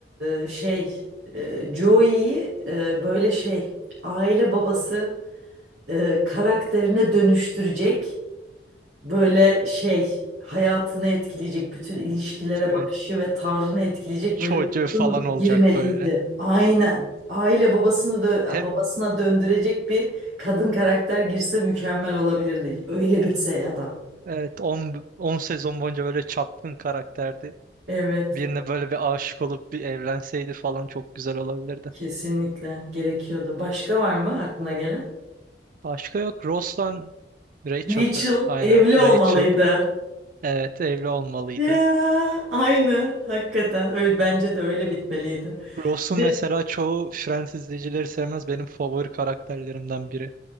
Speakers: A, on the right; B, on the right.
A: Ee, şey, e, Joey'yi e, böyle şey, aile babası e, karakterine dönüştürecek. böyle şey hayatını etkileyecek bütün ilişkilere
B: değil
A: bakışı
B: mi?
A: ve tavrını etkileyecek
B: Çocuğu
A: böyle bir kadın
B: falan olacak
A: girmeliydi.
B: böyle.
A: Aynen. Aile babasını dö-
B: Hep
A: babasına döndürecek bir kadın karakter girse mükemmel olabilirdi. Öyle bitse ya da.
B: evet 10 10 sezon boyunca böyle çapkın karakterdi.
A: Evet,
B: Birine böyle bir aşık olup bir evlenseydi falan çok güzel olabilirdi.
A: kesinlikle gerekiyordu. Başka var mı aklına gelen?
B: Başka yok. Ross'la Rachel'dı.
A: Rachel
B: Aynen.
A: evli olmalıydı.
B: Rachel. Evet evli olmalıydı.
A: Ya, aynı hakikaten öyle bence de öyle bitmeliydi.
B: Ross'u
A: Bir de
B: mesela çoğu Friends izleyicileri sevmez. Benim favori karakterlerimden biri.